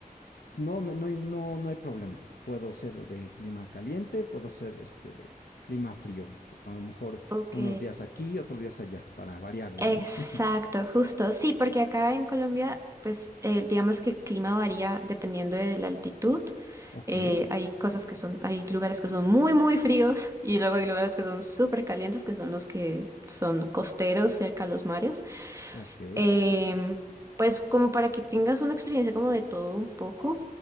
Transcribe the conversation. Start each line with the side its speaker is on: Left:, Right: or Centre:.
Left: No, me- no, hay- no, no hay problema. Puedo ser de clima caliente, puedo ser este de clima frío. A lo mejor
Right: Ok,
Left: unos días aquí, otros días allá, para variarle,
Right: exacto,
Left: ¿no? <laughs>
Right: justo. Sí, porque acá en Colombia, pues eh, digamos que el clima varía dependiendo de la altitud.
Left: Ok,
Right: Eh, hay cosas que son, hay lugares que son muy, muy fríos y luego hay lugares que son súper calientes, que son los que son costeros cerca a los mares.
Left: ok,
Right: Em, pues como para que tengas una experiencia como de todo un poco,